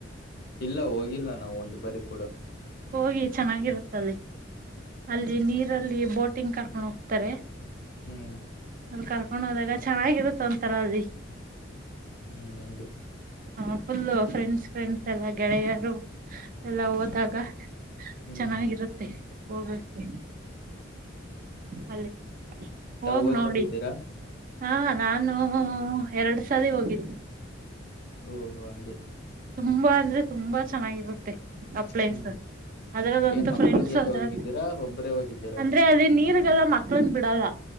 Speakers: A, on the left; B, on the right.
A: ಇಲ್ಲ ಹೋಗಿಲ್ಲ ನಾವು ಒಂದ್ ಬಾರಿ ಕೂಡ
B: ಹೋಗಿ ಚೆನ್ನಾಗಿರುತ್ತ್ ಅಲ್ಲಿ ನೀರಲ್ಲಿ ಬೋಟಿಂಗ್ ಕರ್ಕೊಂಡು ಹೋಗ್ತಾರೆ.
A: ಹ್ಮ್
B: ಅಲ್ಲಿ ಕರ್ಕೊಂಡ್ ಹೋದಾಗ ಚೆನ್ನಾಗಿರುತ್ತ ಒಂತರ ಅಲ್ಲಿ
A: ಹಾಗೆ
B: ಹ ಫುಲ್ಲ ಫ್ರೆಂಡ್ಸ್ ಫ್ರೆಂಡ್ಸ್ ಎಲ್ಲ ಗೆಳೆಯರು ಎಲ್ಲ ಹೋದಾಗ
A: ಹ್ಮ್ ಹ್ಮ್
B: ಚೆನ್ನಾಗಿರುತ್ತೆ ಹೋಗಕ್ಕೆ <unintelligible> ಹೋಗ್
A: ತಾವ್ ಹೋಗಿ
B: ನೋಡಿ
A: ಬಂದಿದ್ದೀರಾ.
B: ಹಾ ನಾನು ಎರಡು ಸಾರಿ ಹೋಗಿದ್ದೀನಿ.
A: ಓಹೋ ಹಂಗೆ
B: ತುಂಬಾ ಅಂದ್ರೆ ತುಂಬಾ ಚೆನ್ನಾಗಿರುತ್ತೆ ಆ ಪ್ಲೇಸ್.
A: ಹ್ಮ್
B: ಅದ್ರದಂತ
A: ಏನ್ ಮಕ್ಕಳ
B: ಫ್ರೆಂಡ್ಸ್
A: ಜೊತೆ
B: ಹದ
A: ಹೋಗಿದ್ದೀರಾ ಒಬ್ಬರೇ ಹೋಗಿದ್ದೀರಾ
B: ಅಂದ್ರೆ ಅಲ್ಲಿ ನೀರ್ಗದ ಮ <unintelligible> ಬಿಡಲ್ಲ